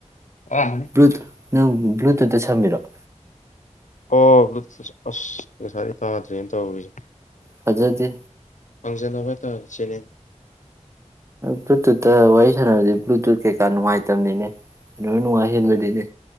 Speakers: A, on the left; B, on the right.
A: ꯑꯔꯥꯟꯕꯅꯤ
B: ꯕ꯭ꯔꯗ ꯅꯪ ꯕ꯭ꯂꯨꯇꯨꯠꯇ ꯁꯝꯃꯤꯔꫭ
A: ꯑꯣ ꯕ꯭ꯂ ꯑꯁ ꯉꯁꯥꯏꯗꯩ ꯇꯥꯗ꯭ꯔꯦꯅꯦ ꯇꯧꯔꯤꯁꯦ
B: ꯐꯖꯗꯦ
A: ꯄꯪꯖꯟꯅꯕ ꯇꯥ ꯆꯦꯅꯦ
B: ꯕ꯭ꯂꯨꯇꯨꯠꯇ ꯋꯥꯔꯤ ꯁꯥꯟꯅꯕꯗꯤ ꯕ꯭ꯂꯨꯇꯨꯠ ꯀꯩꯀꯥ ꯅꯨꯡꯉꯥꯏꯇꯕꯅꯤꯅꯦ ꯂꯣꯏ ꯅꯨꯡꯉꯥꯏ ꯍꯦꯟꯕꯅꯤꯅꯦ